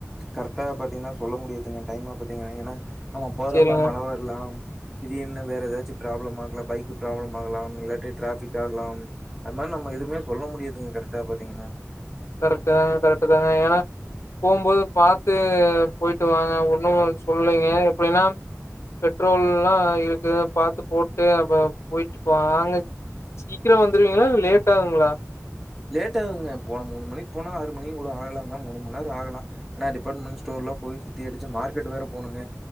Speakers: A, in the centre; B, on the left (about 60°).
A: கரெக்டா பாத்தீங்கன்னா சொல்ல முடியாதுங்க டைமா பாத்தீங்கன்னா ஏன்னா நம்ம போறப்பா
B: சேரிங்க
A: மழை வரலாம் திடீன்னு வேற ஏதாச்சும் ப்ராப்ளம் ஆகல பைக் ப்ராப்ளம் ஆகலாம் இல்ல ஆட்டி டிராபிக் ஆகலாம் அதுதிரி நம்மதுவுமே சொல்ல முடியது <unintelligible> ங்க கரெக்டா பாத்தீங்கன்னா
B: கரெக்ட் தாங்க கரெக்ட் தாங்க ஏன்னா போகும்போது பாரத்துு போயிட்டு வாாங்க ஒண்ணும் சொல்லீங்க எப்டின்னா பெட்ரோல் எல்லாம் இருக்கு பாரத்து போட்டு அப்ப போயிட்டுா அங்க சீக்கிரம் வந்துருவீங்களா லேட் ஆகுங்களா
A: லேட் ஆகுங்க போன மூணுணி போன ஆறு மணி கூட ஆகலாங்க மூணு மணி நேம் ஆகலாம் ஏன்னா டிபார்ட்மெண்ட் ஸ்டோர் எல்ல போய சுத்தி அடிச்சு மார்க்கட் வே போுங்க